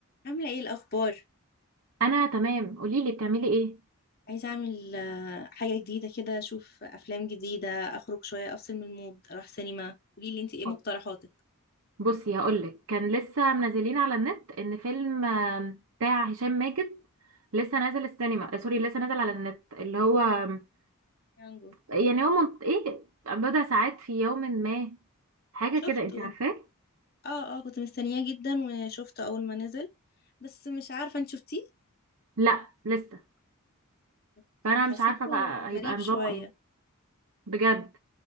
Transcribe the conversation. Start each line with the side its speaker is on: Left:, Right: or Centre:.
Left: عاملة ايه الأخبار؟
Right: انا تمام قولي لي بتعملي ايه
Left: عايزة أعمل آه، حاجة جديدة كده أشوف أفلام جديدة أخرج شوية أفصل من المود أروح سينما قوليلي انتي ايه مقترحاتك؟
Right: اوكي بصي هقولك كان لسه منزلين على النت ان فيلم آم، بتاع هشام ماجد لسه نازل السينما آه، سوري لسه نازل على النت اللي هو آم،
Left: يانجو
Right: يعني هو من... ايه بضع ساعات في يوم ما حاجه
Left: شفته
Right: كده انت عارفاه
Left: اه اه كنت مستنياه جدا وشفته أول ما نزل بس مش عارفة انت شفتيه؟
Right: لا لسه
Left: اوكي،
Right: فانا
Left: حسيته
Right: مش عارفه بقى هيبقى
Left: غريب
Right: نظامه
Left: شوية
Right: ايه بجد